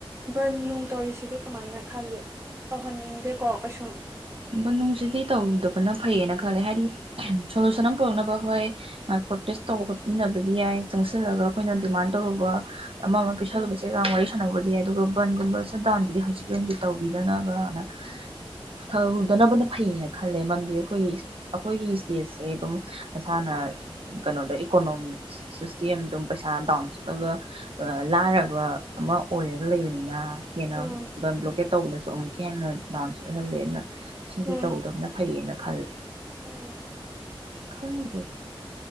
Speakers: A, on the right; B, on the right.
A: ꯕꯥꯟ ꯅꯨꯡ ꯇꯧꯔꯤꯁꯤꯗꯤ ꯀꯃꯥꯏꯅ ꯈꯜꯂꯦ? ꯇꯧꯍꯟꯅꯤꯡꯗꯦꯀꯣ ꯀꯩꯁꯨꯝ ꯫
B: ꯕꯟ ꯅꯨꯡꯁꯤꯗꯤ ꯇꯧꯗꯕꯅ ꯐꯩꯌꯦꯅ ꯈꯜꯂꯦ ꯍꯥꯏꯗꯤ ꯁꯣꯂꯨꯁꯟ ꯑꯃ ꯄꯨꯔꯛꯅꯕ ꯑꯩꯈꯣꯏ ꯉꯥꯏ ꯄ꯭ꯔꯣꯇꯦꯁ ꯇꯧꯕ ꯈꯣꯠꯃꯤꯟꯅꯕꯗꯤ ꯌꯥꯏ ꯆꯪꯁꯤꯜꯂꯒ ꯑꯩꯈꯣꯏꯅ ꯗꯤꯃꯥꯟ ꯇꯧꯔꯨꯕ ꯑꯃ - ꯑꯃ ꯄꯤꯁꯜꯂꯨꯕꯁꯦꯒꯥꯡ
A: ꯎꯝ
B: ꯋꯥꯔꯤ ꯁꯥꯟꯅꯕꯗꯤ ꯌꯥꯏ ꯑꯗꯨꯒ ꯕꯟꯒꯨꯝꯕ ꯁꯠ ꯗꯥꯎꯟꯗꯨꯗꯤ ꯍꯧꯖꯤꯛꯀꯤ ꯑꯣꯏꯅꯗꯤ ꯇꯧꯕꯤꯗꯅꯕꯅ ꯊꯧꯗꯅꯕꯅ ꯐꯩꯌꯦꯅ ꯈꯜꯂꯦ ꯃꯔꯝꯗꯤ ꯑꯩꯈꯣꯏꯒꯤ ꯑꯩꯈꯣꯏꯒꯤ ꯁ꯭ꯇꯦꯠꯁꯦ ꯑꯗꯨꯝ ꯃꯁꯥꯅ ꯀꯩꯅꯣꯗ ꯏꯀꯣꯅꯣꯃꯤꯛ ꯁꯤꯁꯇꯦꯝ ꯑꯗꯨꯝ ꯄꯩꯁꯥ ꯗꯥꯎꯟ ꯆꯠꯂꯒ ꯂꯥꯏꯔꯕ ꯑꯃ ꯑꯣꯏꯔꯒ ꯂꯩꯕꯅꯤꯅ꯫ ꯍꯦꯟꯅꯥ
A: ꯎꯝ
B: ꯕꯟ ꯕ꯭ꯂꯣꯀꯦꯠ ꯇꯧꯕꯅꯁꯨ ꯑꯃꯨꯛꯀ ꯍꯦꯟꯅ ꯗꯥꯟꯁ ꯑꯣꯏꯍꯜꯂꯦꯅ꯫ ꯁꯤꯗꯤ
A: ꯎꯝ
B: ꯇꯧꯗꯕꯅ ꯐꯩꯌꯦꯅ ꯈꯜꯂꯦ
A: ꯎꯝ
B: ꯈꯪꯗꯦ